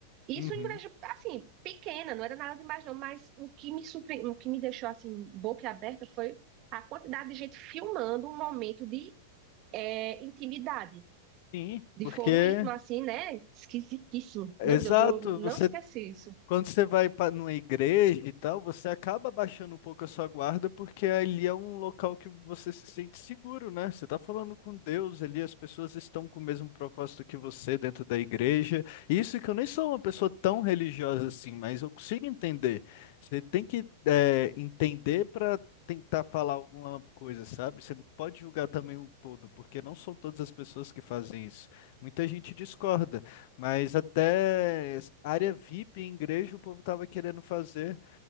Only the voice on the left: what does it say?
Uhum.
Sim.
Porque,
exato,
você
Quando você vai para numa igreja e tal, você acaba baixando um pouco a sua guarda, porque ali é um local que você se sente seguro, né? Você está falando com Deus ali, as pessoas estão com o mesmo propósito que você dentro da igreja. Isso que eu nem sou uma pessoa tão religiosa assim, mas eu consigo entender. Você tem que, é, entender para tentar falar alguma coisa, sabe? Você não pode julgar também um todo, porque não são todas as pessoas que fazem isso. Muita gente discorda. Mas até área VIP em igreja o povo tava querendo fazer